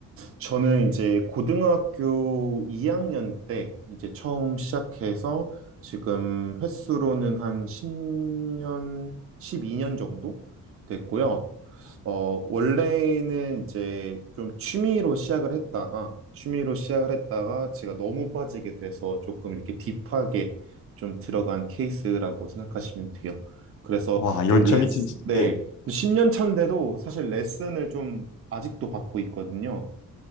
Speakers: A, on the right; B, on the left.
A: 저는 이제 고등학교 2학년 때 이제 처음 시작해서 지금 횟수로는 한 10년, 12년 정도 됐고요. 어, 원래는 이제 좀 취미로 시작을 했다가, 취미로 시작을 했다가 제가 너무 빠지게 돼서 조금 이렇게 딥하게 좀 들어간 케이스라고 생각하시면 돼요. 그래서
B: 와,
A: 좀
B: 열정이
A: 레슨,
B: 진짜,
A: 네.
B: 네.
A: 10년 차인데도 사실 레슨을 좀 아직도 받고 있거든요.